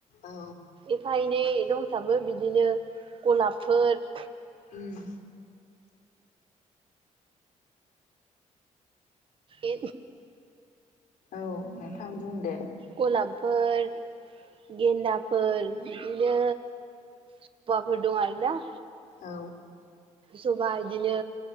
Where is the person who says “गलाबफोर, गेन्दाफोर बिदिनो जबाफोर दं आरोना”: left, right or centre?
Right